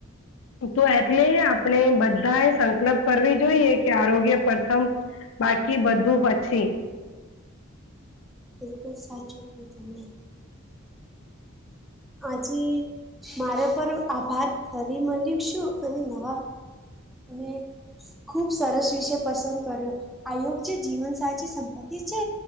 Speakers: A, on the left; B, in the centre.
A: તો એટલે આપણે બધા એ સંકલ્પ કરવી જોઈએ કે આરોગ્ય પ્રથમ બાકી બધું પછી
B: બિલકુલ સાચું કું તમને આજે મારા પર આભાર ફરી મળ્યું શું અને નવા અને ખુબ સરસ વિશે પસંદ કર્યો આયોગ જે જીવન સાચી સંપત્તિ છે